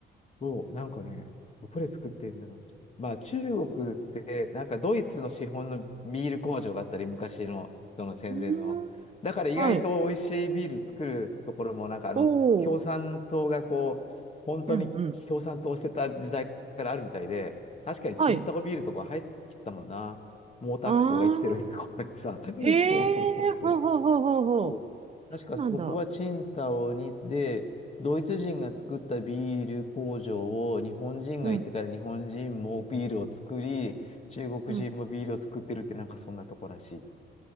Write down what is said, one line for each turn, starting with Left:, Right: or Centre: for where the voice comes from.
Left: そう、なんかね、どこで作ってんだろう。まあ中国って、なんかドイツの資本のビール工場があったり、昔の、その戦前の。
Right: うーん。
Left: だから意外と美味しいビール作るところも、
Right: はい。
Left: なんかあの、
Right: おお。
Left: 共産党がこう、本当に共産党してた時代からあるみたいで、
Right: うんうん。
Left: 確かにチンタオビールとか入ってきたもんな。
Right: はい。
Left: 毛沢東が生きてる頃にさ。
Right: ああ。
Left: <laughs>
Right: へえ、
Left: そうそうそうそう。
Right: ほうほうほうほうほう。
Left: そう確かそこはチンタオにで、
Right: そうなんだ。
Left: ドイツ人が作ったビール工場を日本人が行ってから日本人もビールを作り、
Right: うん。
Left: 中国人もビールを作ってるってなんかそんなとこらしい。
Right: うん。